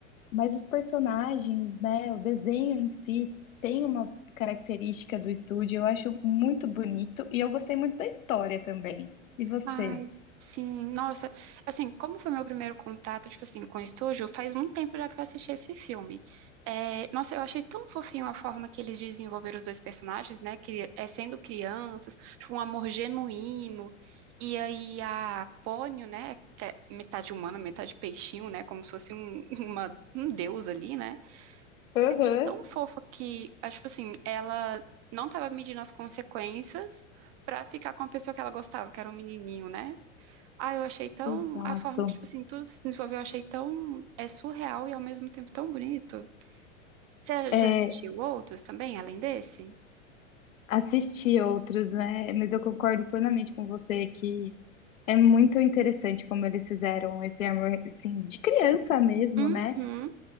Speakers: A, on the left; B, on the right.
A: Mas os personagens, né, o desenho em si tem uma característica do estúdio, eu acho muito bonito e eu gostei muito da história também. E você?
B: Ai, sim, nossa, assim, como foi meu primeiro contato, tipo assim, com o estúdio, faz muito tempo já que eu assisti esse filme. É, nossa, eu achei tão fofinho a forma que eles desenvolveram os dois personagens, né, que é sendo crianças, tipo, um amor genuíno, e aí a Pônio, né, que é metade humana, metade peixinho, né, como se fosse um, <laughs> uma, um deus ali, né,
A: Aham.
B: eu achei tão fofa que, ah, tipo assim, ela não tava medindo as consequências pra ficar com a pessoa que ela gostava, que era um menininho, né, ah, eu achei tão.
A: Exato.
B: A forma que, tipo assim, tudo se desenvolveu, eu achei tão. É surreal e ao mesmo tempo tão bonito. Você
A: É,
B: já assistiu outros também, além desse?
A: assisti outros, né? Mas eu concordo plenamente com você que é muito interessante como eles fizeram esse amor, assim, de criança mesmo,
B: Uhum.
A: né?